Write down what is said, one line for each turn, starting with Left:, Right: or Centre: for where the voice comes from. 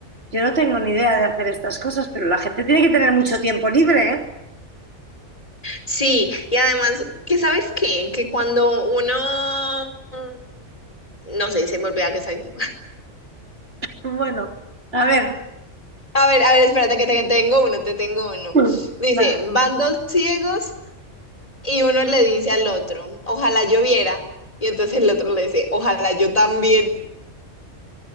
Right: Yo no tengo ni idea de hacer estas cosas, pero la gente tiene que tener mucho tiempo libre, ¿eh?
Left: Sí, y además, ¿qué sabes qué? Que cuando uno... mm, No sé, se me olvida que soy... <laughs>
Right: Bueno, a ver.
Left: A ver, a ver, espérate que te tengo uno, te tengo uno.
Right: Mm.
Left: Dice,
Right: No,
Left: van dos ciegos y uno le dice al otro, ojalá yo viera. Y entonces el otro le dice, ojalá yo también.